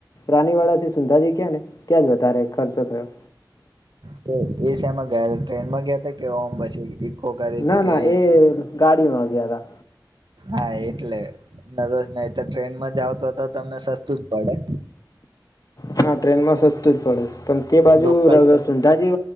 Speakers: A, on the left (about 55°); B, on the right (about 80°).
A: રાની વાળા થી સુંંધાજી ગયા ને ત્યાં જ વધારે ખર્ચો થયો
B: તો એ શેમાં ગયા ટ્રેનમાં ગયા ત કેમ પછી ઇકો કરી હતી
A: ના
B: કેવી
A: ના એ ગાડીમાં ગયા હતા
B: હા એટલે નજર નહી તો ટ્રેન માં જ આવ તો તો તમને સસ્તું જ પડે
A: હા ટ્રેનમાં સસ્તું જ પડે પણ તે બાજુ
B: લોકલ
A: સંધા જે